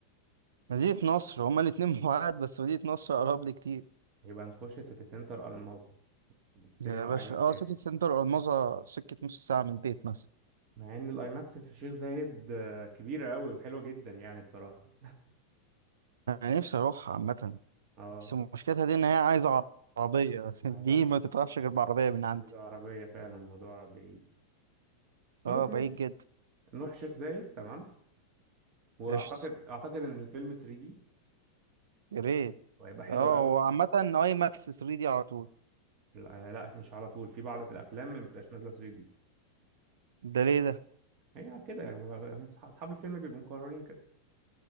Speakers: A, on the right (about 65°); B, on the right (about 40°).
A: مدينه نصر هما الاتنين <laughs> بعاد بس مدينه نصر اقرب لي كتير
B: يبقى نخش سيتي سنتر الماظة السينما
A: يا باشا
B: الاي ماكس
A: اه
B: يعني
A: سيتي سنتر الماظة سكه نص ساعه من البيت مثلا
B: مع ان الاي ماكس في الشيخ زايد آه، كبيرة قوي وحلوة جدا يعني بصراحة
A: انا نفسي اروحها عامه
B: اه
A: بس مشكلتها دي ان هي عايزه عربيه <laughs> دي
B: عايزة
A: ما تتعرفش غير بعربيه من عندي
B: عايزة عربية فعلا الموضوع بعيد خلاص
A: اه بعيد
B: ماشي
A: جدا
B: نروح شيخ زايد تمام واعتقد
A: قشطة
B: اعتقد ان الفيلم 3D
A: يا ريت
B: وهيبقى حلو
A: اه
B: قوي
A: هو عامة اي ماكس 3 دي على طول
B: لا لا، مش على طول في بعض الافلام اللي ما بتبقاش نازلة 3D
A: ده ليه ده؟
B: هي كده يعني هم أصح- اصحاب الفيلم بيبقوا مقررين كده